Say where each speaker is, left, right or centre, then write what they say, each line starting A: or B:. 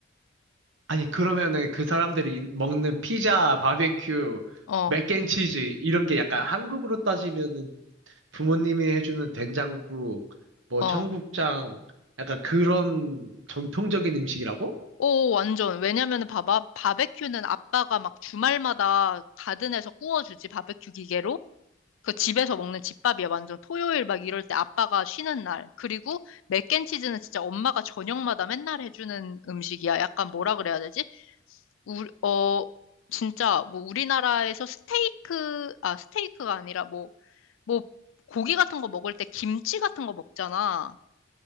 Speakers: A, on the right; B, on the left.
A: 아니, 그러면은 그 사람들이 인- 먹는 피자, 바베큐,
B: 어,
A: 맥앤치즈, 이런 게 약간 한국으로 따지면은 부모님이 해주는 된장국, 뭐
B: 어.
A: 청국장, 약간 그런 전통적인 음식이라고?
B: 오, 완전. 왜냐면은 봐봐. 바베큐는 아빠가 막 주말마다 가든에서 구워주지, 바베큐 기계로. 그 집에서 먹는 집밥이야, 완전. 토요일 막 이럴 때 아빠가 쉬는 날. 그리고 맥앤치즈는 진짜 엄마가 저녁마다 맨날 해주는 음식이야. 약간 뭐라 그래야 되지? 우, 어, 진짜 뭐 우리나라에서 스테이크, 아, 스테이크가 아니라 뭐, 뭐, 고기 같은 거 먹을 때 김치 같은 거 먹잖아.